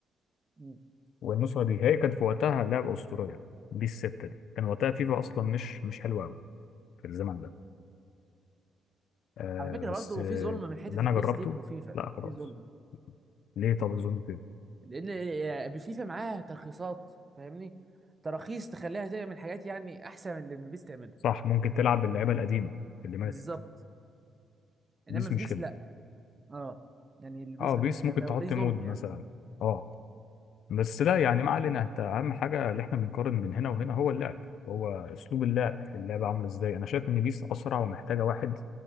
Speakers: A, on the right; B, on the left.
A: أمم.
B: والنسخة دي هي كانت في وقتها لعبة أسطورية بيس 6 دي كان وقتها فيفا أصلا مش مش حلوة قوي في الزمن ده آه،
A: على فكره
B: بس
A: برضه
B: آه،
A: في ظلم من حته
B: اللي أنا
A: البيس
B: جربته
A: ديت وفيفا
B: لا خلاص
A: في ظلم
B: ليه طب الظلم كده
A: لان فيفا معاها ترخيصات فاهمني تراخيص تخليها تعمل حاجات يعني احسن من اللي بيس تعملها
B: صح ممكن تلعب باللعيبة القديمة اللي ماتت
A: بالظبط انما
B: بيس
A: في
B: مش
A: بيس
B: كده
A: لا اه يعني البيس
B: اه
A: ما
B: بيس
A: فيهاش الكلام
B: ممكن
A: ده
B: تحط
A: وده ظلم
B: مود
A: يعني
B: مثلا اه بس لا يعني ما علينا انت اهم حاجه اللي احنا بنقارن بين هنا وهنا هو اللعب هو اسلوب اللعب اللعبه عامله ازاي انا شايف ان بيس اسرع ومحتاجه واحد